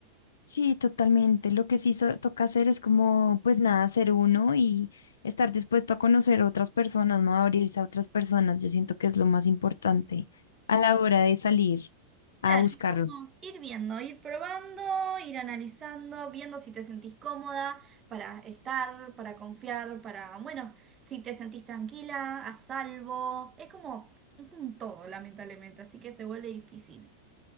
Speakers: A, on the left; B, on the right.
A: Sí, totalmente. Lo que sí so- toca hacer es como, pues nada, ser uno y estar dispuesto a conocer otras personas, ¿no? Abrirse a otras personas. Yo siento que es lo más importante a la hora de salir
B: Claro,
A: a buscarlo.
B: es como ir viendo, ir probando, ir analizando, viendo si te sentís cómoda para estar, para confiar, para, bueno, si te sentís tranquila, a salvo. Es como un todo, lamentablemente, así que se vuelve difícil.